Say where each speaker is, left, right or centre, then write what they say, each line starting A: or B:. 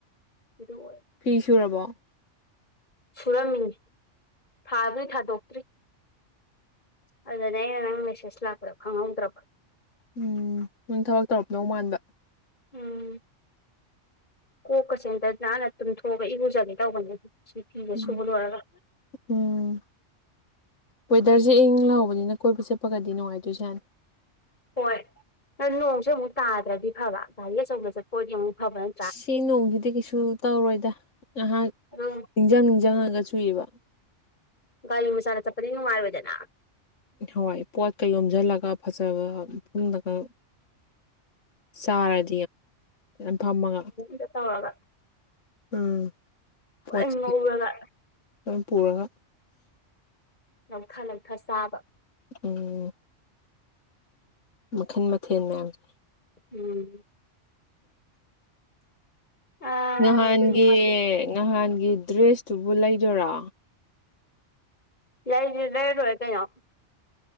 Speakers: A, on the left; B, on the left.
A: ꯑꯗꯨ ꯑꯣꯏ
B: ꯐꯤꯁꯨꯔꯕꯣ
A: ꯁꯨꯔꯝꯃꯤꯅꯤ ꯊꯥꯗꯤ ꯊꯥꯗꯣꯛꯇ꯭ꯔꯤ ꯑꯗꯨꯗꯤ ꯑꯩꯅ ꯅꯪ ꯃꯦꯁꯦꯁ ꯂꯥꯛꯄꯗꯣ ꯈꯪꯍꯧꯗ꯭ꯔꯕ
B: ꯎꯝ ꯎꯝ ꯊꯕꯛ ꯇꯧꯔꯃꯗꯧ ꯃꯥꯟꯕ
A: ꯎꯝ ꯀꯣꯛꯀꯁꯦ ꯑꯝꯇ ꯅꯥꯟꯅ ꯇꯨꯝꯊꯣꯛꯑꯒ ꯏꯔꯨꯖꯒꯦ ꯇꯧꯕꯅꯦ ꯁꯤ ꯐꯤꯁꯦ
B: ꯎꯝ
A: ꯁꯨꯕ ꯂꯣꯏꯔꯒ
B: ꯎꯝ ꯋꯦꯗꯔꯁꯦ ꯏꯪ ꯂꯍꯧꯕꯅꯤꯅ ꯀꯣꯏꯕ ꯆꯠꯄꯒꯗꯤ ꯅꯨꯡꯉꯥꯏꯗꯣꯏꯖꯥꯅꯤ
A: ꯍꯣꯏ ꯅꯪ ꯅꯣꯡꯁꯨ ꯑꯃꯨꯛ ꯇꯥꯗ꯭ꯔꯗꯤ ꯐꯕ ꯒꯥꯔꯤ ꯑꯆꯧꯕ ꯆꯠꯄꯗꯤ ꯑꯃꯨꯛ ꯐꯕꯅꯤ
B: ꯁꯤ ꯅꯣꯡꯒꯤꯗꯤ ꯀꯩꯁꯨ ꯇꯧꯔꯣꯏꯗ ꯉꯍꯥꯛ
A: ꯑꯗꯨꯝ
B: ꯅꯤꯡꯁꯤꯡ ꯅꯤꯡꯁꯤꯡꯉꯒ ꯆꯨꯏꯕ
A: ꯒꯥꯔꯤ ꯃꯆꯗ ꯆꯠꯄꯗꯤ ꯅꯨꯡꯉꯥꯏꯔꯣꯏꯗꯅ
B: ꯍꯋꯥꯏ ꯄꯣꯠꯀ ꯌꯣꯝꯁꯤꯜꯂꯒ ꯐꯖꯕ ꯃꯐꯝꯗꯒ ꯆꯔꯗꯤ ꯗꯥꯖꯅꯥ ꯐꯝꯃꯒꯥ
A: ꯆꯠꯇꯋꯥꯒ
B: ꯎꯝ ꯄꯣꯠꯁꯤ
A: ꯂꯣꯏ ꯉꯧꯔꯒ
B: ꯂꯣꯏ ꯄꯨꯔꯒ
A: ꯅꯃꯊꯥ ꯅꯝꯊꯥ ꯆꯥꯕꯥ
B: ꯎꯝ ꯃꯈꯜ ꯃꯊꯦꯜ ꯃꯌꯥꯝꯁꯦ
A: ꯎꯝ ꯑꯥ
B: ꯉꯍꯥꯟꯒꯤ
A: ꯑꯗꯨ ꯅꯨꯡꯉꯥꯏ
B: ꯅꯍꯥꯟꯒꯤ ꯗ꯭ꯔꯦꯁꯇꯨꯕꯨ ꯂꯩꯗꯣꯏꯔꯥ
A: ꯂꯩꯗꯔ꯭ꯤ ꯂꯩꯔ ꯂꯣꯏꯔꯦ ꯀꯩꯅꯣ